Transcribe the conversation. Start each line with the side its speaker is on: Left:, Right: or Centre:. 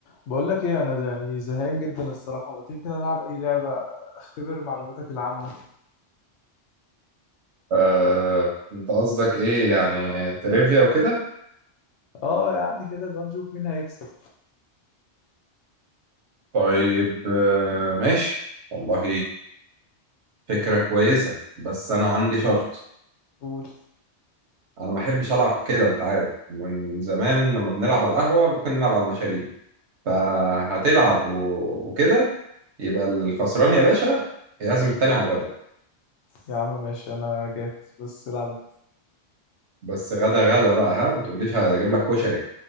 Left: بقول لك ايه انا زي- يعني زهقان جدا الصراحه ما تيجي كده نلعب اي لعبه اختبر معلوماتك العامه
Right: آه، انت قصدك ايه يعني تريفيا وكده
Left: اه يعني كده لو نشوف مين هيكسب
Right: طيب آه، ماشي والله فكرة كويسة بس انا عندي شرط
Left: قول
Right: انا ما احبش العب كده انت عارف من زمان لما بنلعب على القهوة ممكن نلعب على المشاريب فهتلعب و- وكده يبقى الخسران يا باشا يعزم التاني على الغدا
Left: يا عم ماشي انا جاهز بس العب انت
Right: بس غدا غدا بقى ها ما تقوليش هجيب لك كشري